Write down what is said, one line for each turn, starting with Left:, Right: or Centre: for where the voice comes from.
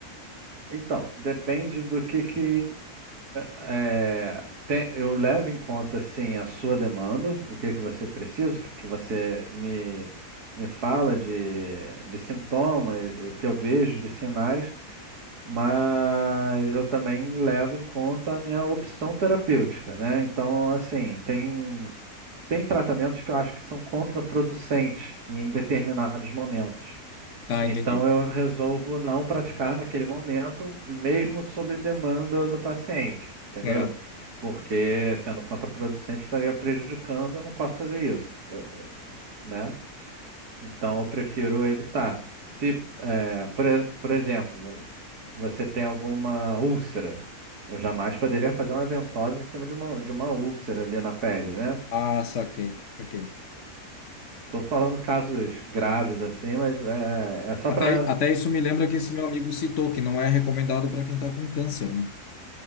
Right: Então, depende do que que é, tem- eu levo em conta assim a sua demanda, o que que você precisa, o que que você me, me fala de, de sintomas, o que eu vejo de sinais, mas eu também levo em conta a minha opção terapêutica, né? Então, assim, tem tem tratamentos que eu acho que são contraproducentes em determinados momentos.
Left: Tá,
Right: Então
Left: entendi.
Right: eu resolvo não praticar naquele momento, mesmo sob demanda do paciente, entendeu?
Left: Aham.
Right: Porque sendo contraproducente, estaria prejudicando, eu não posso fazer isso, eu- né? Então eu prefiro evitar. Se, eh, por, e- por exemplo, vo- você tem alguma úlcera, eu jamais poderia fazer uma ventosa em cima de uma, de uma úlcera ali na pele, né?
Left: Ah, saquei, saquei.
Right: Estou falando casos graves assim, mas é, é só
Left: Até,
Right: para
Left: até isso me lembra que esse meu amigo citou, que não é recomendado para quem tá com câncer, né?